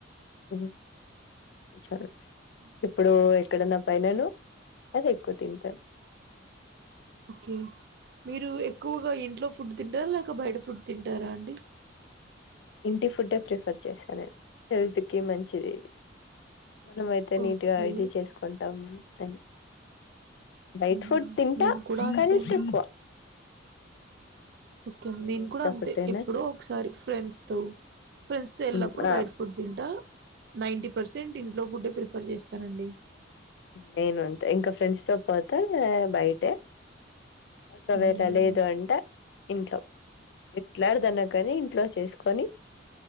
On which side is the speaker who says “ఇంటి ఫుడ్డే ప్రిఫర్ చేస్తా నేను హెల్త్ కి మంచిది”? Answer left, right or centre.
Left